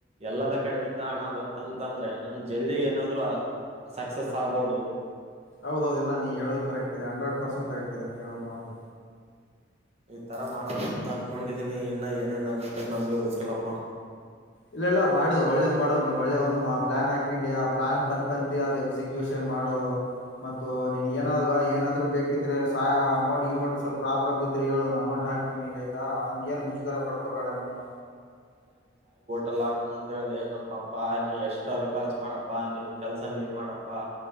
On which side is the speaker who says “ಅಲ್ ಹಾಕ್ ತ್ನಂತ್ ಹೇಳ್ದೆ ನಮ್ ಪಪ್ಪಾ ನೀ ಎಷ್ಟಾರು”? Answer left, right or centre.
Right